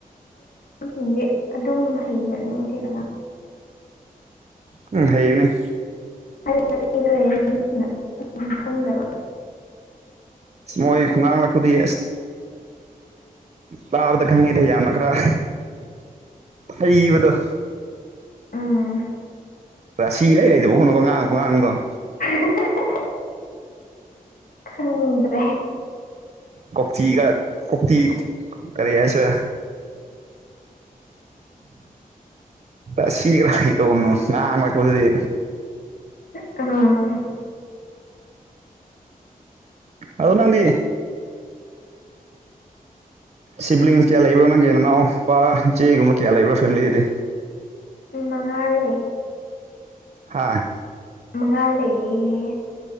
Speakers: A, on the left; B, on the right.
A: ꯃꯤꯁꯤꯡꯗꯤ ꯑꯗꯨꯝ ꯍꯩꯕꯅꯦ <unintelligible>
B: ꯎꯝ ꯍꯩꯅꯤ
A: ꯍꯥꯏ ꯃꯇꯦꯡ ꯂꯩꯔꯦ ꯃꯤꯁꯤꯡꯅ ꯈꯪꯗꯕ
B: ꯃꯣꯏ ꯈꯣꯡꯉꯥꯡ ꯂꯀꯨꯗ ꯇꯥꯕꯗ ꯈꯪꯉꯤꯗ ꯌꯥꯝꯃ ꯈꯔ ꯍꯩꯕꯗꯣ
A: ꯑꯥ
B: ꯔꯥꯁꯤ ꯂꯩꯗꯕ ꯋꯥꯉꯥꯡ ꯑꯃ ꯉꯥꯡꯕ ꯉꯥꯡꯕꯗꫭ
A: <unintelligible> ꯈꯪꯗ꯭ꯔꯦ
B: ꯀꯥꯛꯆꯤꯒ ꯀꯣꯛꯆꯤ ꯀꯔꯤ ꯍꯥꯏꯁꯦ
A: <unintelligible>
B: ꯑ ꯁꯤꯈ꯭ꯔꯥ ꯀ ꯇꯧꯒꯅꯣ ꯉꯥꯡꯂꯛꯄꯗꯨꯗꯤ
A: <unintelligible>
B: ꯑꯗꯨ ꯅꯪꯗꯤ ꯁꯤꯕꯂꯤꯡꯁ ꯀꯌꯥ ꯂꯩꯕ꯭ꯔꯣ ꯅꯪꯒꯤ ꯅꯅꯥꯎ ꯅꯨꯄꯥ ꯆꯦꯒꯨꯝꯕ ꯀꯌꯥ ꯂꯩꯕ꯭ꯔꯣ ꯐꯦꯃꯤꯂꯤꯗꯗꯤ
A: ꯃꯉꯥꯜꯂꯦ
B: ꯍꯥꯥ
A: ꯉ ꯂꯩ ꯎꯝ